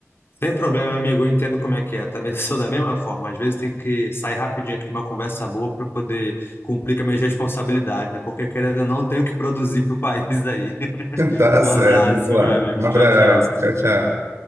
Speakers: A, on the left (about 50°); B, on the right (about 70°).
A: Sem problema, amigo. Eu entendo como é que é. Também <laughs> sou da mesma forma. Às vezes tem que sair rapidinho aqui de uma conversa boa para poder cumprir com as minhas responsabilidades, né? Porque querendo ou não, eu tenho que produzir para o país aí. <laughs>
B: <laughs> Tá
A: Um
B: certo,
A: abraço,
B: vamos lá.
A: meu amigo.
B: Um abraço,
A: Tchau, tchau.
B: tchau, tchau.